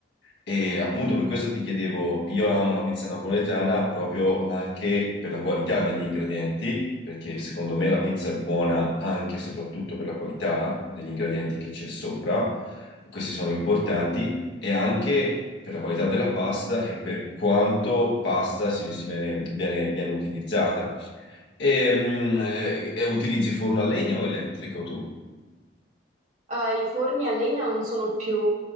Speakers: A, on the left; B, on the right.
A: E appunto per questo ti chiedevo, io amo la pizza napoletana proprio anche per la qualità degli ingredienti, perché secondo me la pizza è buona anche e soprattutto per la qualità degli ingredienti che c'è sopra, questi sono importanti, e anche per la qualità della pasta e per quanto pasta si, si viene, viene- viene utilizzata. E, mm, eh, utilizzi forno a legna o elettrico tu?
B: Eh, i forni a legna non sono più